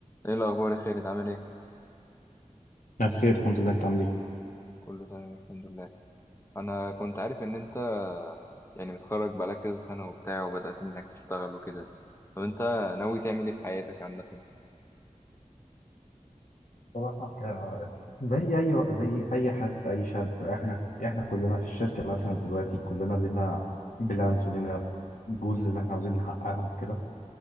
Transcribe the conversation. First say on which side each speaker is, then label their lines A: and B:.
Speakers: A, on the left; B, on the left.
A: ايه الاخبار يا خالد عامل ايه
B: انا بخير الحمد لله انت عامل ايه
A: كله تمام الحمد لله انا كنت عارف ان انت يعني متخرج بقالك كذا سنه وبتاع وبدات انك تشتغل وكده طب انت ناوي تعمل ايه في حياتك عامه
B: صراحة آه، زي أي زي أي حد أي شاب إحنا إحنا كلنا في الشركة مثلا دلوقتي كلنا لينا بلانس ولينا جولز اللي إحنا عاوزين نحققها وكده